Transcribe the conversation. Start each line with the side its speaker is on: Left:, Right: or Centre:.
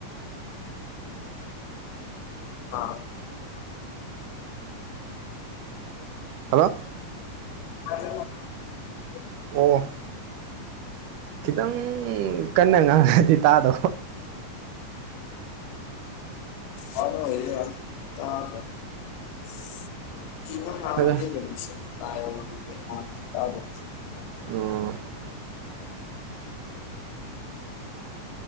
Left: <unintelligible> <inaudible> ꯑ <unintelligible> <inaudible>
Right: ꯍꯜꯂꯣ
Left: ꯑ <unintelligible> <inaudible>
Right: ꯑꯣ ꯈꯤꯇꯪ ꯀꯟꯅ ꯉꯥꯡꯉꯗꯤ ꯇꯥꯗꯣ
Left: ꯑ ꯑꯣꯏ ꯇ ꯀꯅ ꯊꯥꯟ
Right: ꯑꯗꯣ
Left: ꯃ ꯂꯩꯁ ꯀ
Right: ꯑꯣ <unintelligible> <inaudible>